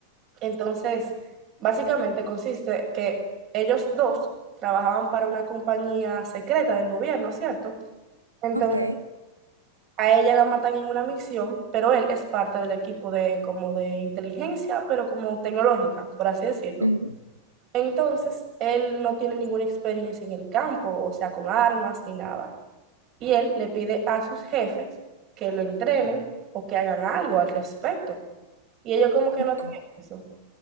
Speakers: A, on the right; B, on the right.
A: Entonces, básicamente consiste que ellos dos trabajaban para una compañía secreta del gobierno, ¿cierto? Entonces
B: Ok,
A: a ella la matan en una misión, pero él es parte del equipo de como de inteligencia, pero como tecnológica, por así decirlo.
B: ujú,
A: Entonces, él no tiene ninguna experiencia en el campo, o sea, con armas ni nada. Y él le pide a sus jefes que lo entrenen o que hagan algo al respecto. Y ellos como que
B: ok.
A: no tienen
B: O
A: eso.